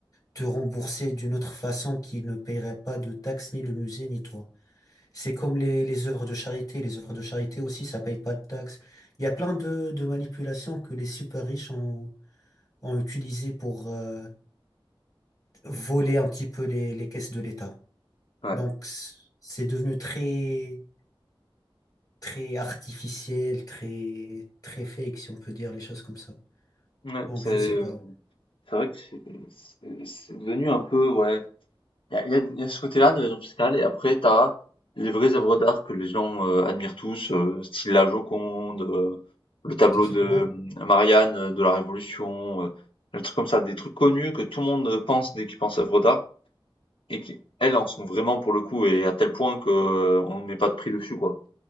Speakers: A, on the left (about 45°); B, on the left (about 70°).
A: te rembourser d'une autre façon qui ne paierait pas de taxes, ni le musée, ni toi. C'est comme les, les œuvres de charité. Les œuvres de charité aussi, ça paye pas de taxes. Il y a plein de, de manipulations que les super riches ont, ont utilisées pour euh, voler un petit peu les, les caisses de l'État.
B: Ouais,
A: Donc, c- c'est devenu très, très artificiel, très, très fake, si on peut dire les choses comme ça.
B: ouais,
A: Donc,
B: c'est
A: je sais
B: euh,
A: pas.
B: c'est vrai que c'est c'est- c'est devenu un peu, ouais. Il y a, il y a- il y a ce côté-là de l'évasion fiscale, et après, t'as les vraies œuvres d'art que les gens euh, admirent tous, euh, style la Joconde, euh, le tableau
A: C'est ça?
B: de
A: Ouais,
B: euh, Marianne euh, de la Révolution, euh, des trucs comme ça, des trucs connus que tout le monde pense dès qu'il pense œuvres d'art, et qui, elles, en sont vraiment pour le coup, et à tel point que euh, on met pas de prix dessus, quoi.